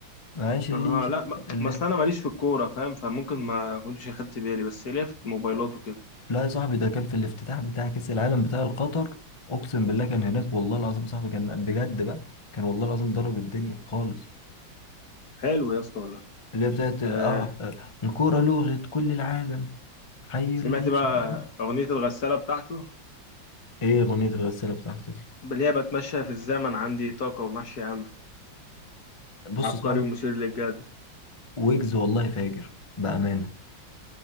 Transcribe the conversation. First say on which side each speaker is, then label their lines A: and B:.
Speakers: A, on the left; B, on the left.
A: معلش اللي,
B: اه
A: ش...
B: لا ما
A: اللي
B: ما اصل انا ماليش في الكوره فاهم فممكن ما كنتش اخدت بالي بس ليه في موبايلات وكده
A: لا يا صاحبي ده كان في الافتتاح بتاع كأس العالم بتاع القطر اقسم بالله كان هناك والله العظيم يا صاحبي كان بجد بقى كان والله العظيم ضرب الدنيا خالص
B: حلو يا اسطى والله
A: اللي هي بتاعت اه
B: آه
A: آه، الكورة لغت كل العالم حي
B: سمعت
A: اللي
B: بقى
A: شجع
B: اغنيه الغساله بتاعته
A: ايه اغنية الغسالة بتاعته دي
B: اللي هي بتمشى في الزمن عندي طاقه ومحشي امل
A: بص
B: عبقري
A: يا صاحبي
B: ومثير للجدل
A: ويجز والله فاجر بأمانة